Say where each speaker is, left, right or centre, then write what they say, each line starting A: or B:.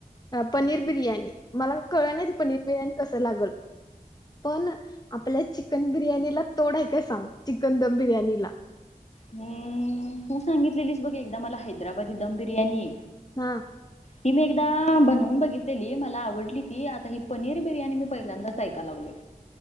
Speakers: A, on the left; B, on the left.
A: अ पनीर बिर्याणी. मला क कळलं नाही ते, पनीर बिर्याणी कसं लागल. पण आपल्या चिकन बिर्याणीला तोड हाय का सांग, चिकन दम बिर्याणी नि -ला.
B: हूं तू सांगितलेलीस बघ, एकदा मला, हैदराबादी दम बिर्याणी.
A: हा.
B: ती मी एकदा बनवून बघितलेली, मला आवडली ती. आता ही पनीर बिर्याणी मी पहिल्यांदाच ऐकाला लागलोयं.